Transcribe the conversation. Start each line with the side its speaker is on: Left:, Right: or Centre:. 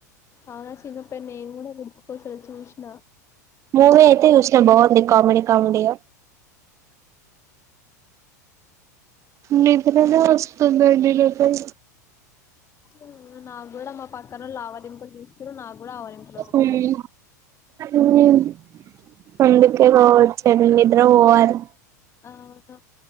Left: అవునా సినిమా పేరు నేను కూడా గుర్తుకోసలే చూసిన
Right: మూవీ అయితే చూసినా బాగుంది. కామెడీ కామెడీగా నిద్రనే వస్తుందండి లో పై
Left: ఉమ్, నాకు కూడా మా పక్కనోళ్ళు ఆవలింపులు తీస్తురు నాకు కూడా ఆవలింపులు వస్తున్నాయి
Right: ఉహ్మ్ ఉహ్మ్ అందుకే పోవచ్చండి నిద్రపోవాలి
Left: అవును